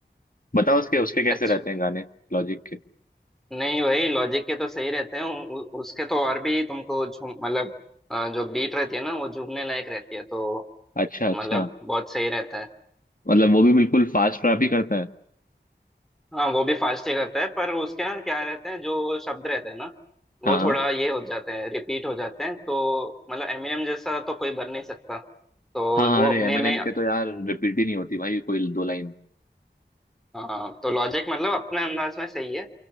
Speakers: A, on the left; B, in the centre.
A: बताओ उसके उसके कैसे
B: अच्छा
A: रहते हैं गाने लॉजिक के
B: नहीं वही लॉजिक के तो सही रहते हैं उ, उ, उसके तो और भी तुमको झूम मतलब अ, जो बीट रहती है ना वो झूमने लायक रहती है तो
A: अच्छा अच्छा
B: मतलब बहुत सही रहता है
A: मतलब वो भी बिल्कुल फास्ट रैप ही करता है
B: हाँ वो भी फास्ट ही करता है पर उसके ना क्या रहते हैं जो शब्द रहते हैं ना वो
A: हाँ
B: थोड़ा
A: हाँ
B: ये हो जाते हैं रिपीट हो जाते हैं तो मतलब एमिनेम जैसा तो कोई बन नहीं सकता तो
A: हाँ हाँ
B: वो
A: अरे
B: अपने
A: एमएनएम
B: में
A: के तो यार रिपीट ही नहीं होती भाई कोई दो लाइन
B: हाँ तो लॉजिक मतलब अपने अंदाज में सही है